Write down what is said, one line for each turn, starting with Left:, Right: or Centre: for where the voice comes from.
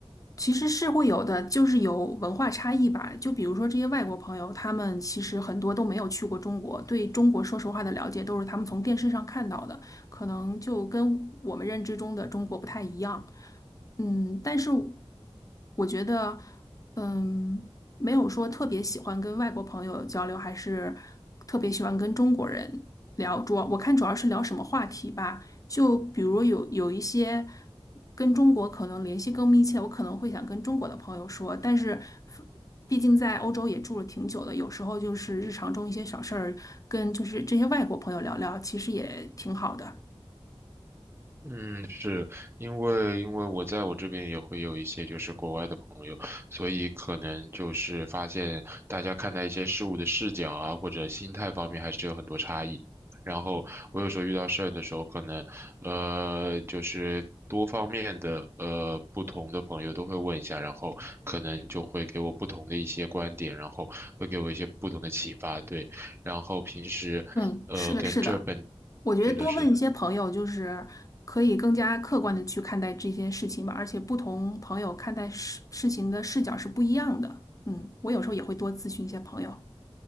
Left: 其实是会有的，就是有文化差异吧。就比如说这些外国朋友，他们其实很多都没有去过中国，对中国说实话的了解都是他们从电视上看到的，可能就跟我们认知中的中国不太一样。嗯，但是我觉得，嗯，没有说特别喜欢跟外国朋友交流，还是特别喜欢跟中国人。聊主要我看主要是聊什么话题吧，就比如有有一些跟中国可能联系更密切，我可能会想跟中国的朋友说，但是毕竟在欧洲也住了挺久的，有时候就是日常中一些小事儿，跟就是这些外国朋友聊聊，其实也挺好的。
Right: 嗯，是因为因为我在我这边也会有一些就是国外的朋友，所以可能就是发现大家看待一些事物的视角啊，或者心态方面还是有很多差异。然后我有时候遇到事儿的时候，可能呃就是多方面的呃不同的朋友都会问一下，然后可能就会给我不同的一些观点，然后会给我一些不同的启发，对。然后平时呃跟这本
Left: 嗯，是的，是的，我觉得多问一些朋友，
Right: 是的是的。
Left: 就是可以更加客观的去看待这些事情吧，而且不同朋友看待事事情的视角是不一样的。嗯，我有时候也会多咨询一些朋友。